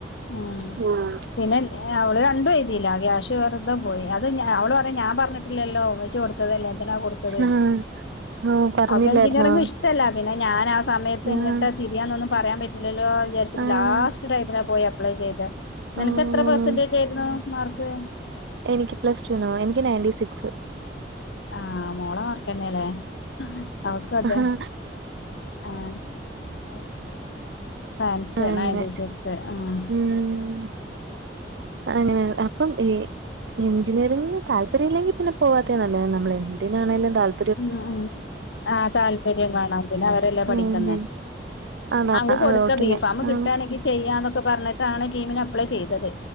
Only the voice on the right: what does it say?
ആഹ്
ആഹ് ആഹ് പറഞ്ഞില്ലായിരുന്നോ
ആഹ്
ആഹ്
ആഹ്
എനിക്ക് പ്ലസ് റ്റൂനോ എനിക്ക് ണയന്റിസിക്സ്
ആഹ്
അങ്ങനെ
ഉം അങ്ങനെ അപ്പം ഈ. എഞ്ചിനീയറിംഗിന് തല്പര്യ ഇല്ലെങ്കി പിന്നെ പോവാത്തയ നല്ലത് നമ്മൾ എന്തിനാണേലും താല്
ഉം അതാ
അതോട്ട്
ഞാൻ
ആണ്